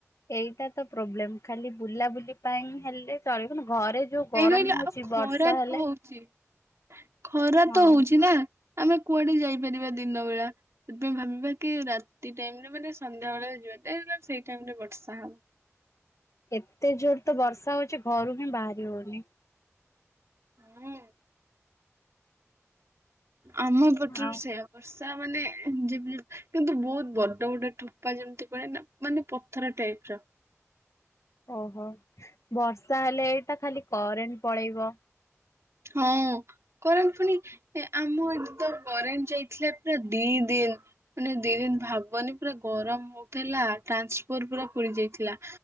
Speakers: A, on the left; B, on the right.
A: ଏଇଟା ତ ପ୍ରୋବ୍ଲେମ ଖାଲି ବୁଲାବୁଲି ପାଇଁ ହେ ଚଳିବନି ଘରେ ଯୋଉ ଗରମ
B: କାହିଁ କହିଲ
A: ହଉଛି
B: ଆଉ ଖରା
A: ବର୍ଷା ହେଲେ
B: ତ ହଉଛି। ଖରା ତ
A: ହଁ
B: ହଉଛି ନା ଆମେ କୁଆଡେ ଯାଇପାରିବା ଦିନ ବେଳା। ସେଥିପାଇଁ ଭାବିବା କି ରାତି ଟାଇମରେ ମାନେ ସନ୍ଧ୍ୟାବେେଳେ ଯିବା ସେଇ ଟାଇମ ରେ ବର୍ଷା ହବ।
A: ଏତେ ଜୋର ତ ବର୍ଷା ହଉଛି ଛି ଘରୁ ହିଁ ବାହରି ହଉନି।
B: ହୁଁ। ଆମ ପଟରୁ
A: ଆଉ
B: ସେଇଆ ବ ତା ମାନେ ଯେ କିନ୍ତୁ ବହୁତ ବଡ ବଡ ଠୋପା ଯେମିତି ପଡେନା ମାନେ ପଥର ଟାଇପର
A: ଓହୋ ବର୍ଷା ହେଲେ ଏଇଟା ଖାଲି କରେଣ୍ଟ ପଳେଇବ।
B: ହଁ କରେଣ୍ଟ ପୁଣି ଆମ ଏଠି ତ କରେଣ୍ଟ ଯାଇଥିଲା ପୁରା ଦି ଦିନ ମାନେ ଦି ଦିନ ଭାବନି ପୁରା ଗରମ ହଉଥିଲା ଟ୍ରାନ୍ସଫର ପୁରା ପୋଡି ଯାଇଥିଲା।